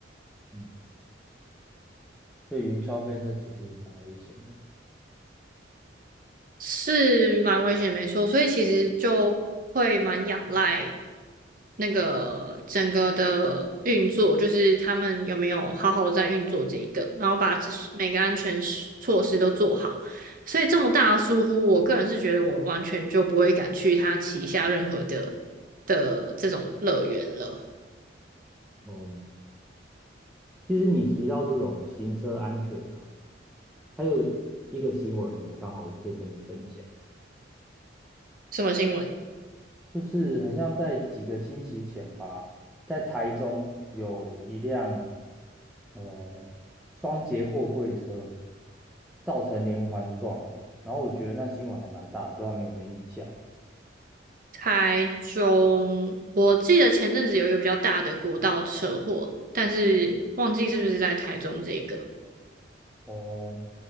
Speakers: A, in the centre; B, on the right.
A: 嗯，对云霄飞车其实也蛮危险的。
B: 是蛮危险，没错。所以其实就会蛮仰赖那个整个的运作，就是他们有没有好好在运作这一个，然后把这每个安全措施都做好。所以这么大的疏忽，我个人是觉得我完全就不会敢去他旗下任何的的这种乐园了。
A: 哦，其实你提到这种行车安全呢、啊还有一个新闻，我刚好也可以跟你分享，
B: 什么新闻？
A: 就是很像在几个星期前吧，在台中有一辆呃双节货柜车造成连环撞，我然后我觉得那新闻还蛮大的，不知道你有没有印象？
B: 台中，我记得前阵子有一个比较大的国道车祸，但是忘记是不是在台中这个。
A: 哦，